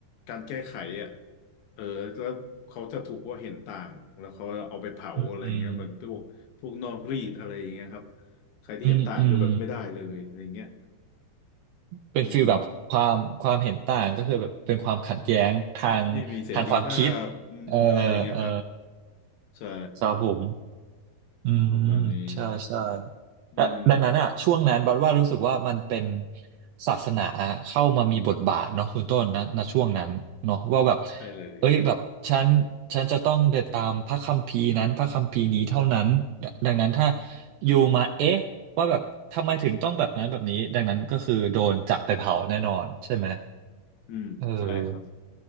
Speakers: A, on the left; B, on the right.
A: การแก้ไขอ่ะเออแล้วเขาจะถูกว่าเห็นต่างแล้วเขาเอาไปเผาอะไรอย่างเงี้ยเหมือนพวกพวกนอกรีดอะไรอย่างเงี้ยครับ
B: อืม
A: ใครที่เห็นต่างคือแบบไม่ได้เลยอะไรอย่างเงี้ย
B: อืมอืมเป็นฟีลแบบความความเห็นต่างก็คือแบบเป็นความขัดแย้งทางทางความคิด
A: อืมไม่มีเสรีภาพอืมอะไรอย่างเงี้ยครับ
B: เออเออ
A: ใช่
B: สำหรับผมอืม
A: ประมาณนี้
B: ใช่ใช่
A: อืมแบบ
B: และดังนั้นอ่ะช่วงนั้นบัดว่ารู้สึกว่ามันเป็นศาสนาเข้ามามีบทบาทเนาะคุณต้นนะณช่วงนั้นเนาะว่าแบบ
A: ใช่เลย
B: เอ้ยแบบฉันฉันจะต้องเดินตามพระคัมภีร์นั้นพระคัมภีร์นี้เท่านั้นดังนั้นถ้าอยู่มาเอ๊ะว่าแบบทำไมถึงต้องแบบนั้นแบบนี้ดังนั้นก็คือโดนจับไปเผาแน่นอนใช่ไหม
A: อืมใช่ครับ
B: เออ